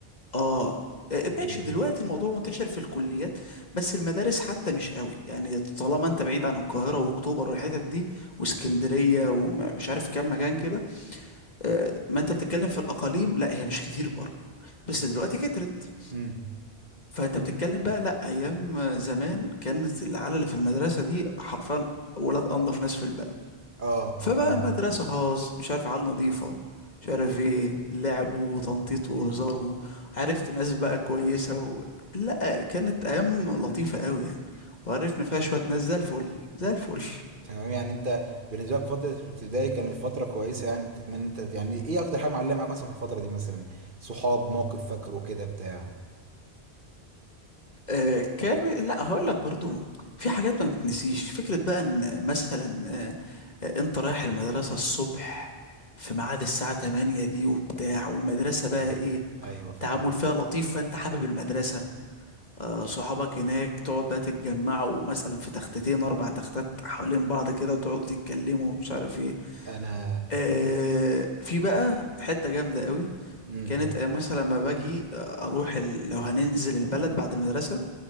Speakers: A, on the left (about 40°); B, on the right (about 50°).
A: اه آه، ماشي
B: امم
A: دلوقتي الموضوع منتشر في الكليات بس المدارس حتى مش قوي يعني طالما انت بعيد عن القاهرة واكتوبر والحتت دي واسكندرية ومش عارف كام مكان كده آه، ما انت بتتكلم في الاقاليم لا هي مش كتير برضه بس دلوقتي كترت
B: امم
A: فانت بتتكلم بقى لا ايام زمان كانت العيال اللي في المدرسة دي حرفيا ولاد انضف ناس في البلد
B: أه
A: فبقى
B: تمام
A: مدرسة خاص مش عارف عيال نظيفة مش عارف ايه لعب وتنطيط وهزار وعرفت ناس بقى كويسة و... لا كانت أيام لطيفة قوي يعني وعرفنا فيها شوية ناس زي الفل زي الفل
B: تمام يعني أنت بالنسبة لك فترة ابتدائي كانت فترة كويسة يعني تتمنى أنت يعني إيه أكتر حاجة معلمة معاك مثلا في الفترة دي مثلا صحاب موقف فاكره كده بتاع
A: آه كان لا هقول لك برضو في حاجات ما بتنسيش فكرة بقى ان مثلا آه آه، انت رايح المدرسة الصبح في ميعاد الساعة 8 دي وبتاع والمدرسة بقى
B: مم.
A: ايه
B: أيوه فاهم
A: تعامل فيها لطيف فانت حابب المدرسة آه، صحابك هناك تقعد بقى تتجمعوا مثلا في تختتين اربع تختات حوالين بعض كده وتقعدوا تتكلموا مش عارف ايه
B: أنا
A: آه، في بقى حتة جامدة قوي
B: امم
A: كانت آه، مثلا لما باجي آه، اروح ال... لو هننزل البلد بعد المدرسة